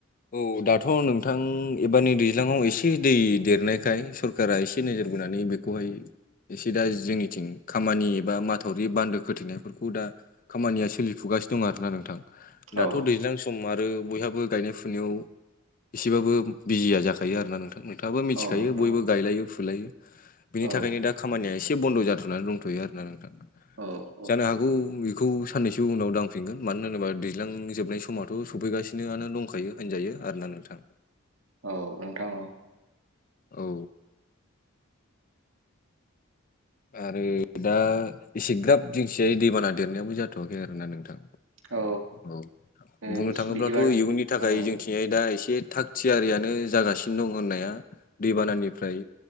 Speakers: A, on the left; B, on the right.
A: औ दाथ' नोंथां एबारनि दैज्लाङाव एसे दै देरनायखाय सरकारा एसे नोजोर बोनानै बे बेहाय एसे दा जोंनिथिं खामानि एबा माथावरि बान्दो खोथेनायफोरखौ दा खामानिया सोलिफुगासिनो दं आरोना नोंथां दाथ'
B: औ
A: दैज्लां सम आरो बयहाबो गायनाय फोनाय बिथिंयाव एसेबाबो बिजिया जाखायो आरोना नोंथां नोंथाङाबो मिथिखायो
B: औ नोंथां
A: बयबो गायलायो फुलायो बिनि
B: औ
A: थाखायनो दा खामानिया एसे बन्द' जाथ'नानै दंथ'यो आरोना नोंथां
B: औ औ
A: जानो हागौ आखौ बेखौ साननैसो उनाव दांफिनगोन मानो होनोबा दैज्लां जोबनाय समावथ' सफैगासिनो आनो दंखायो होनजायो आरोना नोंथां
B: औ नोंथां औ
A: औ आरो दा एसे ग्राब दिंसिया दैबाना देरनायाबबो जाथ'वाखै आरोना नोंथां
B: औ
A: औ
B: औ
A: बुंनो थाङोब्लाथ'
B: बिदिबा
A: इयुननि थाखाय
B: औ
A: जोंथिं दा एसे थाग थियारियानो जागासिनो दं होननाया दैबानानिफ्राय